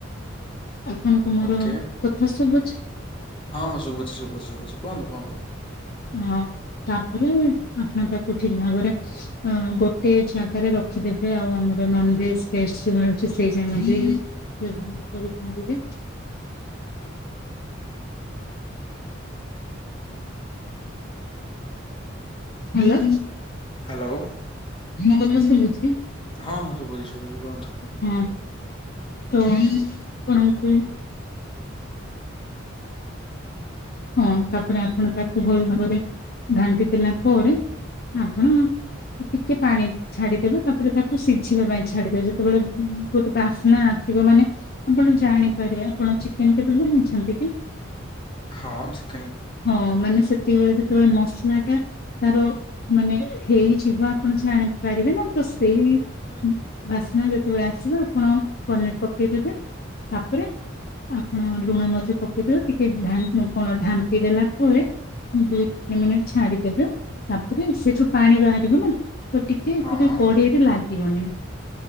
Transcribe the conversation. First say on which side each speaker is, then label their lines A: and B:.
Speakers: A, on the left (about 50°); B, on the left (about 25°).
A: ଆପଣଙ୍କୁ ମୋର
B: ଓକେ।
A: କଥା ଶଭୁଛି?
B: ହଁ ହଁ ଶବୁଚି ଶୁବୁଚି ଶୁବୁଚି କୁହନ୍ତୁ କୁହନ୍ତୁ।
A: ହଁ ତାପରେ ଆପଣ ତାକୁ ଠିକ୍ ଭାବରେ ଅଁ ଗୋଟେ ଜାଗାରେ ରଖିଦେବେ ଆଉ ଆମର ନନଭେଜ ପେଷ୍ଟ ଯୋଉ ମିଳୁଚି ସେଇ ଯେମିତି ବ୍ୟବହାର କରି ପାରିବେ। ହାଲୋ।
B: ହାଲୋ।
A: ମୋ କଥା ଶୁଭୁଛି?
B: ହଁ ହଁ ଶୁବୁଚି ଶୁବୁଚି କୁହନ୍ତୁ।
A: ହଁ ତ ଆପଣଙ୍କୁ ହଁ ତାପରେ ଆପଣ ତାକୁ ଭଲ ଭାବରେ ଘାଣ୍ଟି ଦେଲା ପରେ ଆପଣ ଉ ଟିକେ ପାଣି ଛାଡ଼ିଦେବେ ତାପରେ ତାକୁ ସିଝିବା ପାଇଁ ଛାଡ଼ିଦେବେ ଯେତୋବେଳେ ଗୋଟେ ବାସ୍ନା ଆସିବ ମାନେ ଆପଣ ଜାଣିପାରିବେ। ଆପଣ ଚିକେନ କେବେ ବନେଇଛନ୍ତି କି?
B: ହଁ ଥୁ
A: ହଁ ମାନେ ସେତିବେଳେ ଯେତବେଳେ ମସଲାଟା ତାର ମାନେ ହେଇଯିବ ଆପଣ ଜାଣିପାରିବେ ନାଁ ତ ସେଇ
B: ଅଁ
A: ବାସ୍ନା ଯେତୋବେଳେ ଆସିବ ଆପଣ ପନିର ପକେଇ ଦେବେ ତାପରେ ଆପଣ ଲୁଣ ମଧ୍ୟ ପକେଇ ଦେବେ ଟିକେ ଢ଼ା କଣ ଢାମ୍ପି ଦେଲା ପରେ ମୁଁ ଦୁଇ ତିନି ମିନିଟ ଛାଡ଼ିଦେବେ ତାପରେ ସେଠୁ ପାଣି ବାହାରିବ ନା। ତ ଟିକେ
B: ହଁ
A: ସେଟା
B: ହଁ
A: କୋଡେଇରେ ଲାଗିବନି